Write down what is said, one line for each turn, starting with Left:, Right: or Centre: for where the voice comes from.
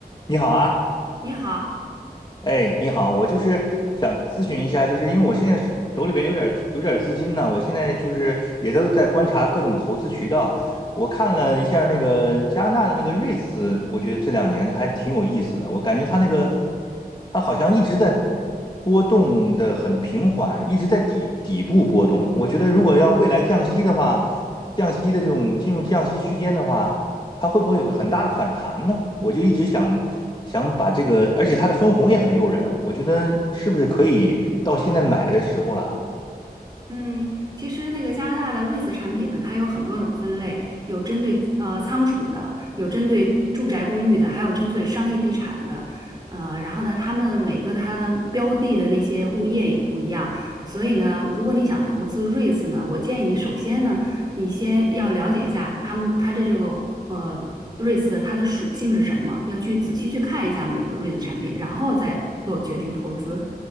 Left: 你好啊，
Right: 你好，
Left: 哎，你好，我就是想咨询一下，就是因为我现在手手里边有点有点资金呢，我现在就是也都在观察各种投资渠道。我看了一下那个加拿大的那个瑞士，我觉得这两年还挺有意思的。我感觉它那个它好像一直在波动的很平缓，一直在底底部波动。我觉得如果要未来降息的话，降息的这种进入降息区间的话。它会不会有个很大的反弹呢？我就一直想想把这个，而且它的分红也很诱人，我觉得是不是可以到现在买的时候了，
Right: 嗯，其实那个加拿大的瑞士产品呢，它有很多种分类，有针对呃仓储的，有针对住宅公寓的，还有针对商业地产的，呃，然后呢，他们每个它的标的的那些物业也不一样，所以呢，如果你想投资瑞士呢，我建议你首先呢，你先要了解一下他们它的这个呃瑞士的它的属性是什么，要去仔细去看一下每个瑞士产品，然后再做决定投资。